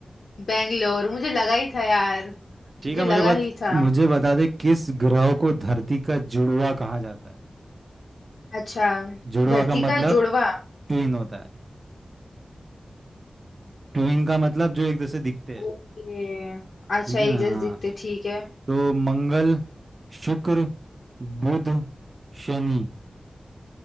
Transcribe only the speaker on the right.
ठीक
है
मुझे बत,
मुझे बता दे किस ग्रह को धरती का जुड़वा कहा जाता है
जुड़वा
का मतलब
ट्विन होता है ट्विन का मतलब जो एक दूसरे दिखते हैं
ठीक
है ना
हाँ
तो मंगल शुक्र बुध शनि